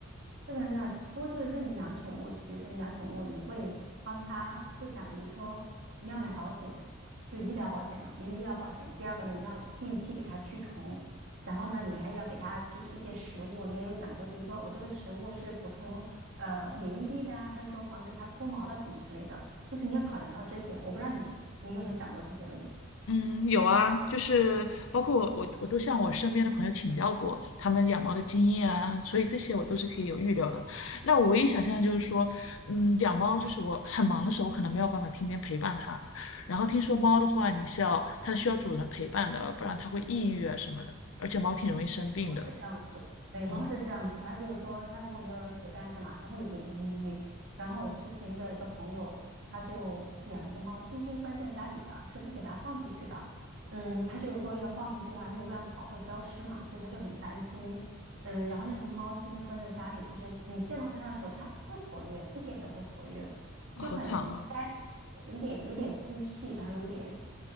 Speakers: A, on the right; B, on the left.
A: 这个呢，不过就是说你养宠物，比如说你养宠物，你会帮它会想，比如说你要买保险，就医疗保险嘛，一个医疗保险。第二个呢，你要定期给它驱虫，然后呢，你还要给它就是一些食物，你也有讲究，比如说我这个食物是补充呃免疫力的啊还是说防止它脱毛的什么之类的，就是你要考量到这些。我不知道你你有没有想过这些问题。
B: 嗯，有啊，就是包括我，我我都向我身边的朋友请教过他们养猫的经验啊，所以这些我都是可以有预料的。那我唯一想象的就是说，嗯，养猫就是我很忙的时候，可能没有办法天天陪伴它。然后听说猫的话，你是要它需要主人的陪伴的，不然它会抑郁啊什么的，而且猫挺容易生病的。
A: 猫是这样子，对，猫是这样子。
B: 嗯，
A: 它就是说，它如果没有人陪伴，干嘛？它会有点抑郁。然后我之前遇到一个朋友，他就养一个猫，天天关在家里的，是不给它放出去的。嗯，他就是说要放出去的话，它就乱跑会消失嘛，所以他就很担心。嗯，然后那个猫天天关在家里，就是你见到它的时候，它不活跃，一点都不活跃，
B: 好惨啊。
A: 就很呆的感觉，有点有点孤僻，然后有点